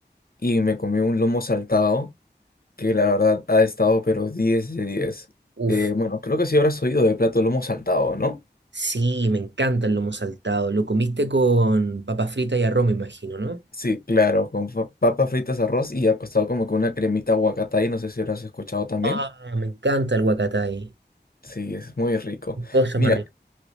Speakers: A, on the left; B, on the right.
A: y me comí un lomo saltado que la verdad ha estado pero 10 de 10.
B: Uf,
A: Eh, bueno, creo que sí habrás oído de plato lomo saltado, ¿no?
B: sí, me encanta el lomo saltado. Lo comiste con papas fritas y arroz, me imagino, ¿no?
A: Sí, claro, con fa- papas fritas, arroz y acostado como con una cremita y no sé si habrás escuchado también.
B: Ah, me encanta el huacatay.
A: Sí, es muy rico.
B: Cosa
A: Mira,
B: más rica.